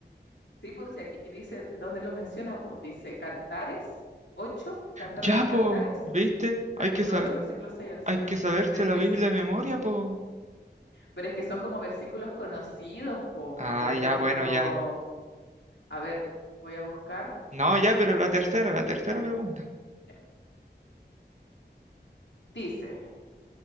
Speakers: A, on the left (about 85°); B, on the right (about 40°).
A: Sí, pues si aquí dice, ¿dónde lo menciona? Pues dice Cantares ocho, Cantar
B: Ya,
A: de los
B: po,
A: Cantares,
B: ¿viste?
A: capítulo
B: Hay que saber,
A: 8, versículos 6 al 7.
B: hay que saberse
A: Pero es
B: la
A: que,
B: Biblia
A: s-
B: de memoria, po.
A: pero es que son como versículos conocidos, pues,
B: Ah,
A: por ejemplo,
B: ya, bueno, ya.
A: a ver, voy a buscar
B: No, ya,
A: ese
B: pero
A: después.
B: la tercera, la tercera
A: Ya,
B: pregunta.
A: ya. Dice,